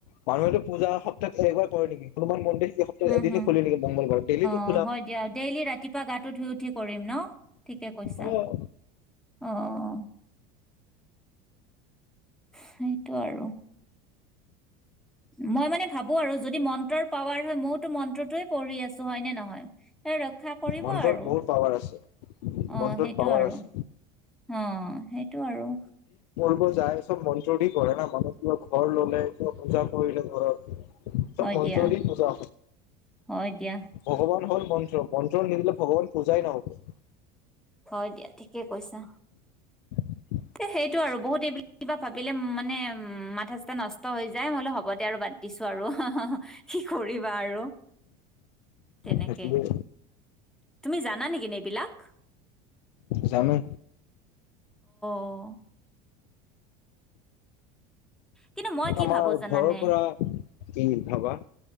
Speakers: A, on the left; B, in the centre.
A: মানুহেতো পূজা ত একবাৰ কৰে নীকি হনুমান মন্দিৰ সপ্তাহত
B: উম
A: এদিন
B: হুম
A: <unintelligible> মংগলবাৰ ডেইলী <unintelligible>
B: অ হয় দিয়া ডেইলি ৰাতিপুৱা গাটো ধুই উঠি কৰিম ন ঠিকে কৈছা
A: অ',
B: অঁ সেইটো আৰু মই মানে ভাবো আৰু যদি মন্ত্ৰৰ পাৱাৰ হয় মইওতো মন্ত্ৰটোৱে পঢ়ি আছো হয় নে নহয়। সেই ৰক্ষা কৰিব
A: মন্ত্ৰত
B: আৰু
A: বহুত পাৱাৰ আছে।
B: অ
A: মন্ত্ৰত
B: সেইটো
A: পাৱাৰ
B: আৰু
A: আছে।
B: অ সেইটো আৰু-
A: <unintelligible> ব মনটৰ দি কৰে ন মানুহ কিবা ঘৰ ললে কিবা পূজা কৰিলে ঘৰত চব
B: হয়
A: ন
B: দিয়া
A: পজা
B: হয় দিয়া
A: ভগৱান হ'ল মন্ত্ৰ মন্ত্ৰ নিদিলে ভগৱান পূজাই নহ'ব।
B: হয় দিয়া ঠিকে কৈছা
A: <inaudible>
B: সেইটো আৰু বহুত এইবিলাক কিবা ভাবিলে মানে উ মাথা চটা নষ্ট হৈ যায় মইলো হবতে আৰু বাদ দিছো আৰু কি কৰিবা আৰু তেনেকে
A: সেইটোৱে
B: তুমি জানা নেকিন এইবিলাক
A: জানো।
B: অ কিন্তু মই কি
A: আমাৰ
B: ভাবো জানানে
A: ঘৰৰ পৰা কিনি ভাবা